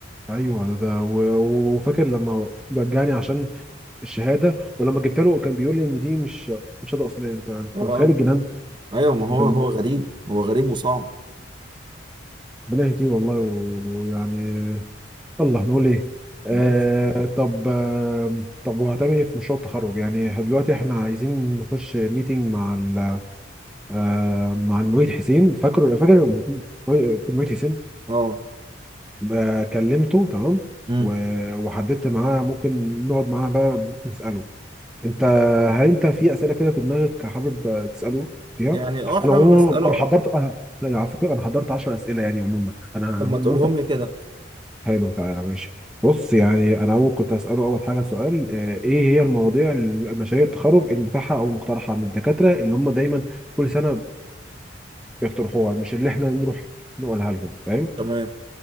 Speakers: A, in the centre; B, on the right.
A: ايوه ده, ده و... و- وفاكر لما رجعني عشان الشهاده ولما جبت له كان بيقول لي ان دي مش مش شهاده اصليه انت انت
B: اه
A: متخيل الجنان
B: ايوه ما هو
A: ده-
B: هو غريب هو غريب وصعب
A: ربنا يهديه والله ويعني الله نقول ايه آه
B: بس
A: طب آه طب وهتعمل ايه في مشروع التخرج يعني دلوقتي احنا عايزين نخش ميتنج مع ال آه مع المعيد حسين فاكر فاكر المعيد حسين
B: اه
A: آه كلمته تمام
B: امم
A: و- وحددت معاه ممكن نقعد معاه بقى نسأله انت هل انت في أسئلة كده في دماغك حابب آه، تسأله فيها
B: يعني اه حابب
A: انا عموما
B: اساله
A: انا حضرت انا لا على فكرة انا حضرت 10 أسئلة يعني عموما انا
B: طب ما تقولهم
A: ممكن
B: لي كده
A: حلو تعالى ماشي بص يعني انا اول كنت هساله اول حاجه سؤال آه، ايه هي المواضيع المشاريع التخرج المتاحه او المقترحه من الدكاتره اللي هم دايما كل سنه بيقترحوها مش اللي احنا نروح نقولها لهم فاهم
B: تمام